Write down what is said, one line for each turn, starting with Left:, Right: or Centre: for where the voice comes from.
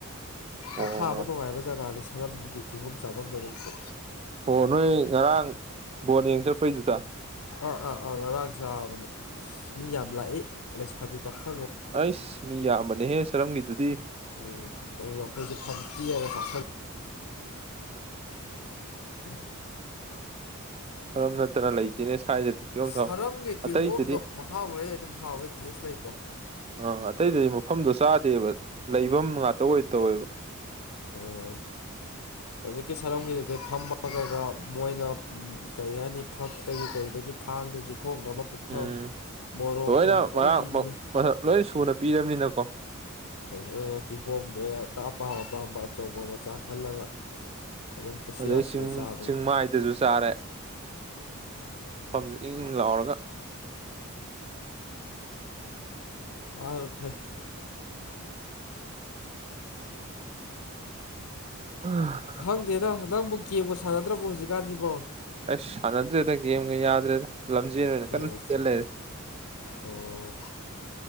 Left: ꯄꯣꯊꯥꯕ
Right: ꯑꯣ
Left: ꯅꯨꯡꯉꯥꯏꯕ ꯖꯒꯥꯅꯤ ꯁꯔꯝꯒꯤ ꯀꯤꯍꯣꯝ ꯆꯥꯐꯝꯗ ꯑꯗꯨꯝ ꯀ
Right: ꯑꯣ ꯅꯣꯏ ꯉꯔꯥꯡ ꯕꯣꯟ ꯌꯦꯡ ꯆꯠꯂꯄꯩꯗꯨꯗ
Left: ꯑꯥ ꯑꯥ ꯑꯥ ꯉꯔꯥꯡ ꯆꯥꯕꯅꯤ ꯑꯁ ꯃꯤ ꯌꯥꯝ ꯂꯥꯛꯏ ꯂꯩꯁꯥꯕꯤ ꯄꯥꯈꯪꯑꫭ
Right: ꯑꯩꯁ ꯃꯤ ꯌꯥꯝꯕꯅꯦꯍꯦ ꯆꯔꯝꯒꯤꯗꯨꯗꯤ
Left: ꯎꯝ ꯑꯪ ꯐꯥꯏꯁꯦ <unintelligible> ꯐꯝꯇ ꯌꯥꯥ ꯇꯥꯁꯥ <unintelligible>
Right: ꯁꯔꯝꯕ ꯅꯠꯇꯅ ꯂꯩꯇꯦꯅꯦ ꯁ꯭ꯋꯥꯏꯗꯗꯤ ꯀꯤꯍꫭꯝ ꯆꯥꯎ
Left: ꯁꯔꯝꯒꯤ
Right: <unintelligible>
Left: ꯀꯤꯍꯣꯝꯗꯣ
Right: ꯑꯇꯩꯗꯗꯤ
Left: ꯃꯍꯥꯎ ꯂꯩ ꯑꯗꯨꯝ ꯍꯥꯎꯋꯦ ꯇꯦꯁ ꯂꯩꯀꯣ
Right: ꯑꯥ ꯑꯇꯩꯗꯗꯤ ꯃꯐꯝꯗꯣ ꯆꯥꯗꯦꯕ ꯂꯩꯐꯝ ꯉꯥꯛꯇ ꯑꯣꯏ ꯇꯧꯋꯦꯕ
Left: ꯑꯥ
Right: <inaudible>
Left: ꯍꯧꯖꯤꯛꯀꯤ ꯁꯔꯝꯒꯤꯗꯨꯗꯤ ꯐꯝꯃꯒꯒ ꯃꯣꯏꯅ ꯀꯔꯤ ꯍꯥꯏꯅꯤ ꯐꯛꯇꯒꯤ ꯀꯔꯤꯗꯒꯤ ꯊꯥꯡꯗꯒꯤ ꯈꫭꯛꯅꯕ ꯄꯨꯈꯝ
Right: ꯎꯝ
Left: ꯃꯣꯔꯣꯛ
Right: ꯂꯣꯏꯅ
Left: ꯊꯨꯝ
Right: ꯃꯔꯥꯡ
Left: ꯂꯣꯏ ꯄꯤꯕꯤꯅꯤ
Right: ꯂꯣꯏ ꯁꯨꯅ ꯄꯤꯔꯕꯅꯤꯅꯀꯣ
Left: ꯑꯗꯨꯒ ꯀꯤ ꯍꯣꯝꯗꯣ ꯑ ꯑꯄꯥꯝ ꯑꯄꯥꯝꯕ ꯑꯆꯧꯕ ꯃꯆꯥ ꯈꯜꯂꯒ ꯑꯗꯨꯝ ꯀꯨꯁꯤꯔꯥꯁꯤꯗ
Right: ꯑꯗꯨꯗꯩ ꯆꯤꯡ
Left: ꯆꯥꯕꯅꯤ
Right: ꯆꯤꯡꯃꯥꯏꯗꯁꯨ ꯆꯥꯔꯦ ꯃꯐꯝꯗꯨ ꯏꯪ ꯏꯪ ꯂꯥꯎꯔꯒ
Left: ꯑꯥ <unintelligible> ꯐꯥꯏ
Right: ꯎꯝ <unintelligible>
Left: ꯈꯪꯗꯦꯗ ꯅꯪꯕꯨ ꯒꯦꯝꯒ ꯁꯥꯟꯅꯗ꯭ꯔꯕꯣ ꯍꯧꯖꯤꯛꯀꯥꯟꯁꯤꯕꯣ
Right: ꯑꯩꯁ ꯁꯥꯟꯅꯗ꯭ꯔꯦꯗ ꯒꯦꯝꯒ ꯌꯥꯗ꯭ꯔꯦꯗ ꯂꯝꯖꯦꯟ ꯑꯣꯏꯅ
Left: ꯑꯣ
Right: ꯀꯟꯅ ꯆ‌ꯦꯟ ꯂꯩꯔꯦ
Left: ꯑꯣ